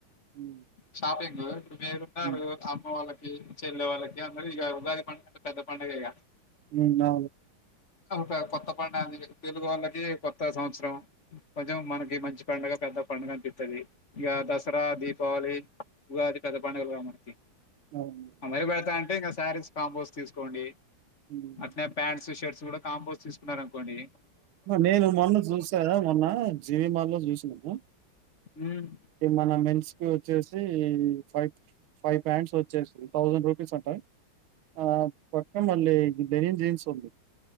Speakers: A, on the right (about 75°); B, on the left (about 35°).
A: హ్మ్.
B: షాపింగ్ వేరున్నారు
A: హ్మ్.
B: అమ్మ వాళ్ళకి కి చెల్లే వాళ్ళకి అందరికి ఇగ ఉగాది పంట పెద్ద పండగేగా
A: ఉ అవును
B: ఒక కొత్త పండుగ అది తెలుగు వాళ్ళకి కొత్త సంవత్సరం కొంచెం మనకి మంచి పండుగ పెద్ద పండుగ అనిపిస్తది ఇక దసరా దీపావళి ఇ అది పెద్ద పండుగలుగా మనకి
A: అవును.
B: అమరి బడతా తే ఇంకా శారీస్ కాంపోస్ తీసుకోండి
A: హ్మ్.
B: అట్నే పాంట్స్ షర్ట్ కూడా కాంపోస్ తీసుకున్నారు అనుకోండి
A: నేను మొన్న చూసాదా మొన్న జీవిమా లో చూసినను
B: ఉమ్,
A: ఈ మన మెన్స్ కు వచ్చేసి ఫైవ్ ఫైవ్ ప్యాంట్స్ వచ్చేస్తు థౌజండ్ రూపీస్ అంటా ఆ పక్కన మళ్ళీ లెనిన్ జీన్స్ ఉంది